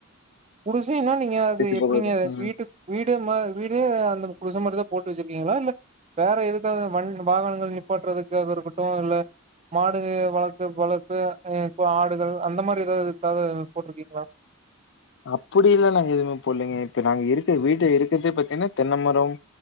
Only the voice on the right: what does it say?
குடிசைனா நீங்க அது
எப்டிங்க
வீட்டுக் வீடு மா வீடு அந்த குடிசமாரிதா போட்டு வச்சிருக்கீங்களா இல்ல வேற எதுக்காக வண் வாகனங்கள் நிப்பாட்டுறதுக்கு அது ஒரு குட்டோ இல்ல மாடு வளத்து வளத்து இப்ப ஆடுகள் அந்த மாரி எதாதுக்காக போட்ருக்கீங்களா